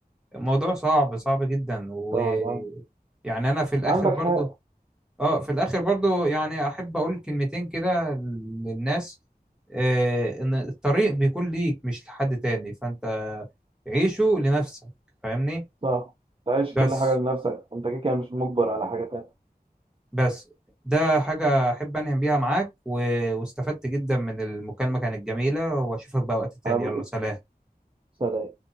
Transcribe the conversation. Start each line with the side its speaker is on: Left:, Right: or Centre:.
Centre: الموضوع صعب صعب جدا ويعني
Right: طبعا
Centre: انا في الاخر
Right: عندك
Centre: برضه
Right: حق
Centre: اه في الاخر برضو يعني احب اقول كلمتين كده للناس آه ان الطريق بيكون ليك مش لحد تاني فانت عيشه لنفسك فاهمني
Right: صح تعيش
Centre: بس
Right: كل حاجه لنفسك انت كده كده مش مجبر على حاجه تانية
Centre: بس ده حاجة احب انهم بيها معاك و... واستفدت جدا من المكالمة كانت جميلة واشوفك بقى وقت تاني
Right: انا بص
Centre: يلا سلام
Right: سلام